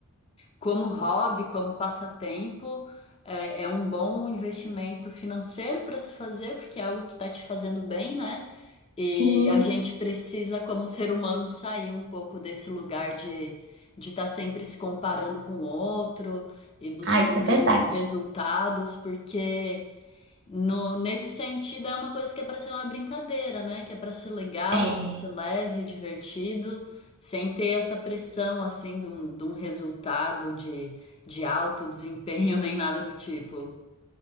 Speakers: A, on the left; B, on the right.
A: como hobby, como passatempo, é, é um bom investimento financeiro para se fazer, porque é algo que está te fazendo bem, né? E
B: Sim.
A: a gente precisa, como ser humano, sair um pouco desse lugar de de estar sempre se comparando com o outro e buscando
B: Ah, isso é verdade.
A: resultados, porque no, nesse sentido, é uma coisa que é para ser uma brincadeira, né? Que é para ser legal,
B: É,
A: que é para ser leve, divertido, sem ter essa pressão, assim, de um, de um resultado de, de alto desempenho <laughs> nem nada do tipo.